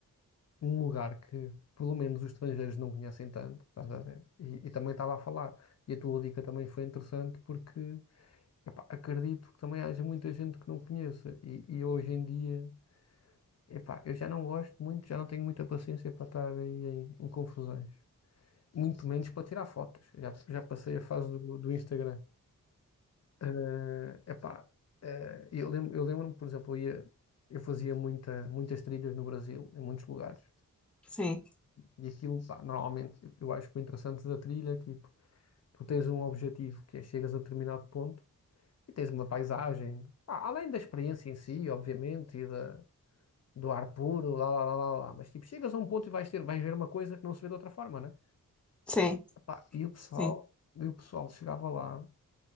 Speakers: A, on the left; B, in the centre.
A: um lugar que, pelo menos, os estrangeiros não conhecem tanto, estás a ver? E, e também estava a falar. E a tua dica também foi interessante porque, epá, acredito que também haja muita gente que não conheça. E, e hoje em dia. Epá, eu já não gosto muito, já não tenho muita paciência para estar aí em, em confusões. Muito menos para tirar fotos. Já, já passei a fase do, do Instagram. Eh, epá, eh, eu lembro, eu lembro-me, por exemplo, eu ia, eu fazia muita, muitas trilhas no Brasil, em muitos lugares.
B: sim,
A: E aquilo, pá, normalmente, eu acho que o interessante da trilha é tipo, tu tens um objetivo que é chegas a determinado ponto e tens uma paisagem, pá, além da experiência em si, obviamente, e da, do ar puro, lá, lá, lá, lá, lá. Mas tipo, chegas a um ponto e vais ter, vais ver uma coisa que não se vê de outra forma, né?
B: sim,
A: Pá, e o pessoal,
B: sim.
A: e o pessoal chegava lá,